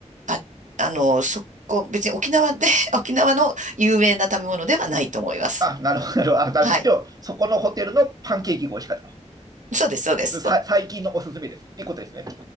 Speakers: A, on the right; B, on the right.
A: あ、あの、そこ、別に沖縄で、<laughs> 沖縄の有名な食べ物ではないと思います。
B: あ、なるほど、なるほど。あ、だ、
A: はい。
B: でも、そこのホテルのパンケーキが美味しかった。
A: そうです、そうです。
B: の、さ、最近のおすすめです。っていうことですね。